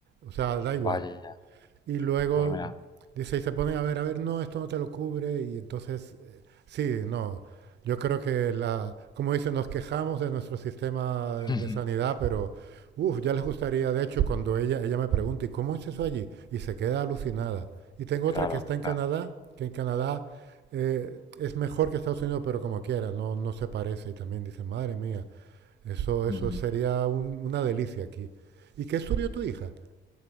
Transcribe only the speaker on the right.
O sea, da
igual. Y luego
dice, y se ponen a ver, a ver, no, esto no te lo cubre. Y entonces, eh, sí, no. Yo creo que la, como dice, nos quejamos de nuestro sistema
de sanidad, pero uff, ya les gustaría, de hecho, cuando ella, ella me pregunta, ¿y cómo es eso allí? Y se queda alucinada. Y tengo otra
que está en Canadá,
que en Canadá eh, es mejor que Estados Unidos, pero como quiera, no, no se parece. Y también dice, madre mía, eso,
eso sería un- una delicia aquí. ¿Y qué estudió tu hija?